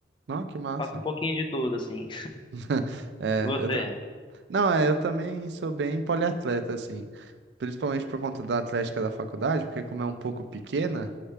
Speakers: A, on the right; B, on the left.
A: Não, que massa.
B: Faço um pouquinho de tudo, assim.
A: <laughs> É,
B: <laughs>
A: eu
B: Você?
A: ta... Não, é, eu também sou bem poliatleta, assim. Principalmente por conta da atlética da faculdade, porque como é um pouco pequena,